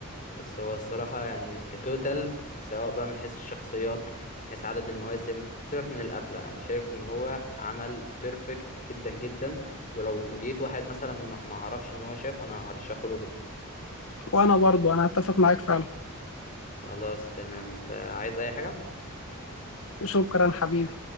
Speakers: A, on the left; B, on the left.
A: بس هو الصراحة يعني كتوتال سواء بقى من حيث الشخصيات من حيث عدد المواسم سيبك من القفلة انا شايف ان هو عمل بيرفكت جدا جدا ولو لقيت واحد مثلا ما ما عرفش ان هو شافه انا هرشحه له جدا
B: وانا برضو انا اتفق معاك فعلا
A: خلاص تمام انت عايز اي حاجة
B: شكرا حبيبي